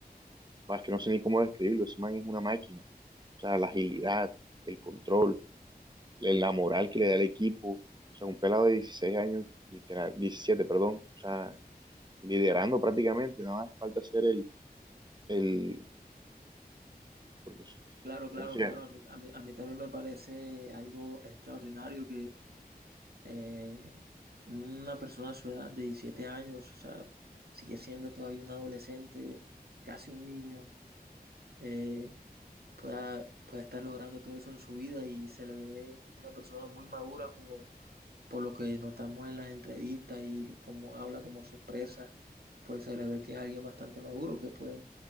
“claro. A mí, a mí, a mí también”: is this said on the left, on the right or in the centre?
Right